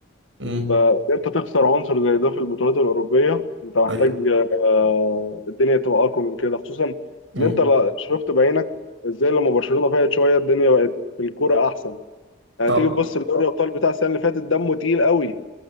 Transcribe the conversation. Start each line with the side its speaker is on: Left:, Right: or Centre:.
Right: امم
Left: فإن انت تخسر عنصر زي ده في البطولات الاوروبيه انت محتاج
Right: ايوه.
Left: آه، الدنيا تبقى اقوى من كده خصوصا
Right: امم
Left: ان انت لا- شفت بعينك ازاي لما برشلونه فاقت شويه الدنيا بقت في الكوره احسن يعني
Right: اه
Left: تيجي تبص لدوري الابطال بتاع السنه اللي فاتت دمه تقيل قوي